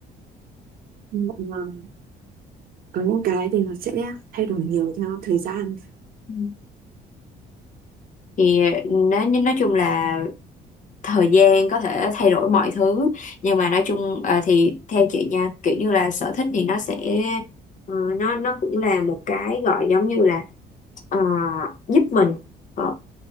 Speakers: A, on the right; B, on the left.
A: Ừ. Còn, ờ, có những cái thì nó sẽ thay đổi nhiều theo thời gian
B: Ừ. thì ờ, nói nói chung là thời gian có thể thay đổi mọi thứ nhưng mà nói chung ờ, thì theo chị nha kiểu như là sở thích thì nó sẽ ờ, nó nó cũng là một cái gọi giống như là ờ, giúp mình ở